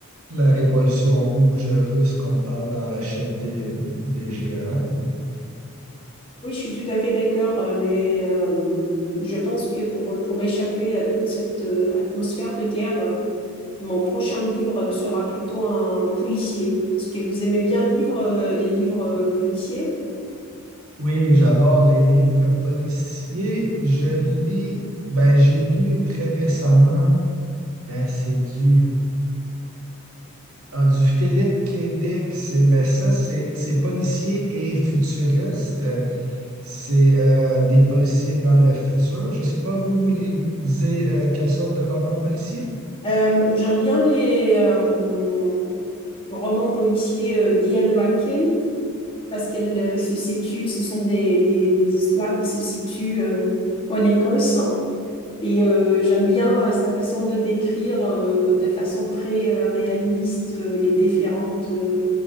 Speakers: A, on the right; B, on the left.
A: la révolution rouge russe qu'on parle dans la chute des, des géants.
B: Oui, je suis tout à fait d'accord, euh, mais euh, je pense que pour, pour échapper à toute cette euh, atmosphère de guerre, euh, mon prochain livre euh, sera plutôt un policier. Est-ce que vous aimez bien lire euh, les livres euh, policiers?
A: Oui, j'adore les livres policiers. Je lis, ben j'ai lu très récemment, euh, c'est du Ah, du Philippe Kédic, c'est ben ça, c'est c'est policier et futuriste. C'est euh, des policiers dans le futur. Je sais pas, vous, vous lisez euh, quelle sorte de roman policier?
B: Euh, j'aime bien les euh, romans policiers euh, d'Ian Rankin parce qu'elles euh, se situent, ce sont des, des, des histoires qui se situent euh, en Écosse. hein. Et euh, j'aime bien euh, sa façon de décrire euh, de façon très euh, réaliste euh, les différentes euh,